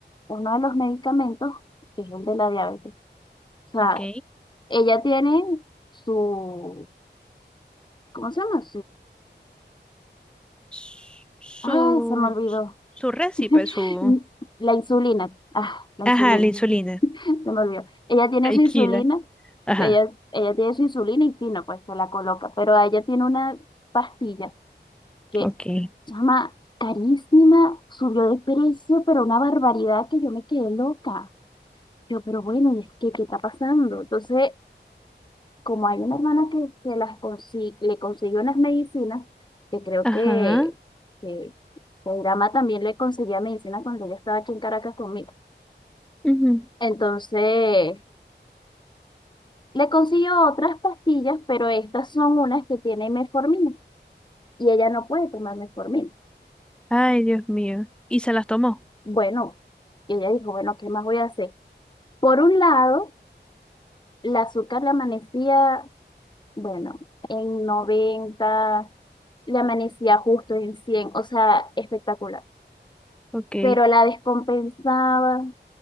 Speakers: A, on the left; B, in the centre.
A: uno de los medicamentos, que es el de la diabetes. O
B: Ok.
A: sea, ella tiene su... ¿Cómo se llama?
B: S- Su,
A: Ay, se me olvidó.
B: su récipe,
A: <laughs>
B: su...
A: La insulina. Ah, la
B: Ajá,
A: insulina.
B: la insulina.
A: <laughs> Se me olvidó. Ella tiene
B: Tequila.
A: su insulina.
B: Ajá.
A: Ella, ella tiene su insulina y fino, pues se la coloca. Pero ella tiene una pastilla que
B: Ok.
A: se llama carísima, subió de precio, pero una barbaridad que yo me quedé loca. Yo, pero bueno, ¿y es que qué está pasando? Entonces como hay una hermana que se las consi- le consiguió unas medicinas, que creo
B: Ajá.
A: que, que, que Irama también le conseguía medicina cuando ella estaba aquí en Caracas conmigo.
B: ujú.
A: Entonces, le consiguió otras pastillas, pero estas son unas que tienen metformina y ella no puede tomar metformina.
B: Ay, Dios mío. Y se las tomó.
A: Bueno, y ella dijo, bueno, ¿qué más voy a hacer? Por un lado, el azúcar le amanecía, bueno, en noventa le amanecía justo en cien o sea, espectacular.
B: Ok.
A: pero la descompensaba,